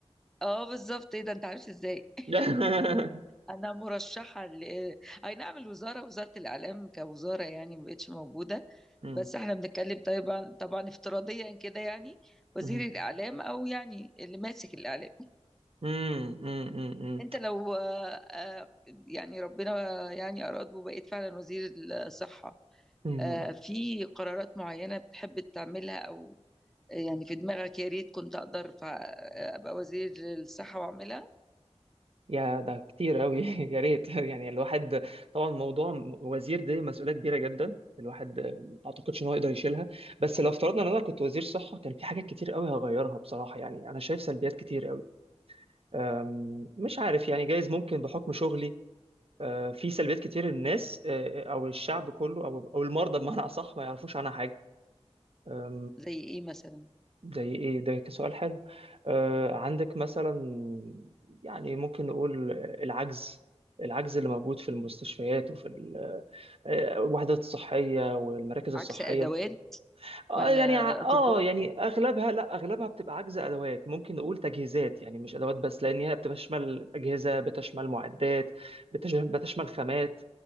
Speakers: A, in the centre; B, on the right.
A: اه بالظبط ايه ده انت عارف ازاي <laughs>
B: <laughs>
A: انا مرشحه ل... اي نعم الوزاره وزاره الاعلام كوزاره يعني ما بقتش موجوده
B: مم.
A: بس احنا بنتكلم طبعا طبعا افتراضيا كده يعني وزير
B: مم.
A: الاعلام او يعني اللي ماسك الاعلام
B: مم. مم. مم.
A: انت لو آه، آه، يعني ربنا يعني اراد وبقيت فعلا وزير الصحه
B: مم.
A: آه، في قرارات معينه بتحب تعملها او آه، يعني في دماغك يا ريت كنت اقدر فا- ابقى وزير الصحه واعملها
B: يا ده كتير قوي <laughs> يا ريت يعني الواحد طبعا موضوع وزير دي مسؤولية كبيرة جدا الواحد ما اعتقدش ان هو يقدر يشيلها بس لو افترضنا ان انا كنت وزير صحة كان في حاجات كتير قوي هغيرها بصراحة يعني انا شايف سلبيات كتير قوي أم، مش عارف يعني جايز ممكن بحكم شغلي أه، في سلبيات كتير الناس أه، او الشعب كله او او المرضى بمعنى اصح ما يعرفوش عنها حاجة
A: زي ايه مثلا
B: زي ايه ده كسؤال حلو آه عندك مثلا يعني ممكن نقول العجز العجز اللي موجود في المستشفيات وفي ال- آه، الوحدات الصحية والمراكز الصحية
A: عكس ادوات
B: اه
A: ولا
B: يعني ع-
A: اطباء
B: اه يعني اغلبها لا اغلبها بتبقى عجز ادوات ممكن نقول تجهيزات يعني مش ادوات بس لان هي بتشمل اجهزة بتشمل معدات بتش- بتشمل خامات